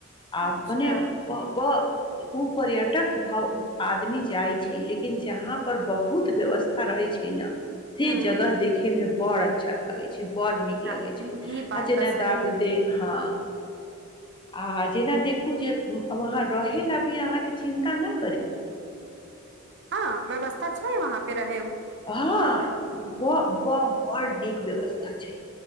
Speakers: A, on the left (about 25°); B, on the right (about 55°).
A: आ
B: अच्छा
A: मने ब ओ पर्यटक भ आदमी जाइ छै लेकिन जहाँ पर बहुत व्यवस्था ा रहै छी ने से
B: हूँ
A: जगह देखे में बहुत अच्छ अच्ाी बड़ नीक
B: ना,
A: लगै छै
B: ई
A: आ
B: ई बात
A: जेना
B: तऽ सही
A: द दे हँ आ जेना देखू जे वहाँ रहै लए अभी अहाँके चिन्ता नहि
B: हँ व्यवस्था छै वहाँ पे रह
A: ह ब ब बड़ नीक व्यवस्था छै